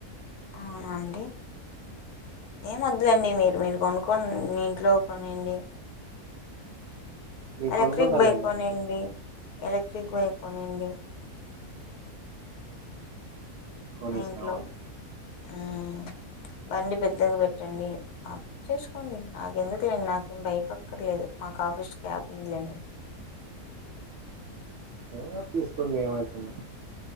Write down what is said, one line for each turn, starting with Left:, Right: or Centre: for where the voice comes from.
Left: అవునాండి ఏమ వద్దలేండి మీరు మీరు కొనుక్కోండి మీ ఇంట్లో కొనియండి.
Right: నేను
Left: ఎలక్ట్రిక్
Right: కొనుక్కుంటాలేండి
Left: బైక్ కొనియండి
Right: అంటే
Left: ఎలక్ట్రిక్ బైక్ కొనియండి
Right: కొనిస్తామండి
Left: మీ ఇంట్లో వ్మ్ బండి పెద్దగా పెట్టండి చేసుకోండి నాకెందుకులేండి నాకేం బైక్ అక్కర్లేదు మాకు ఆఫీస్ క్యాబ్ ఉందిలేండి.
Right: ఏంగాదు తీసుకోండి ఏమైతుంది